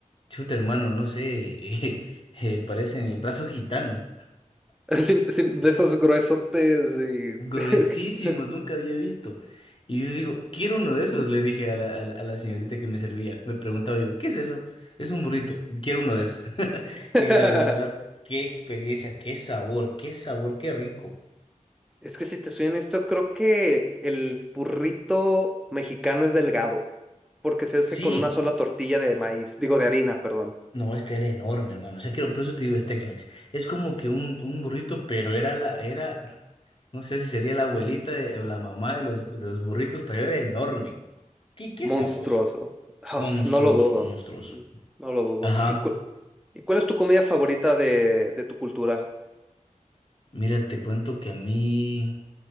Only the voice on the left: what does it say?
chuta hermano, no sé, <laughs> eh, eh, parecen brazo gitano.
gruesísimos,
nunca había visto. Y yo digo, quiero uno de esos, le dije a la, a la- a la señorita que me servía. Me preguntaba, digo, ¿qué es eso? Es un burrito, quiero uno de esos. <laughs>
Y la verdad, qué experiencia, qué sabor, qué sabor, qué rico.
Sí,
no, este era enorme, hermano. O sea, quiero, por eso te digo, es Tex-Mex. Es como que un, un burrito, pero era la, era, no sé si sería la abuelita de- o la mamá de los, de los burritos, pero era enorme. Qué, qué
sabroso.
Monstruoso,
monstruoso.
Ajá.
Mira, te cuento que a mí,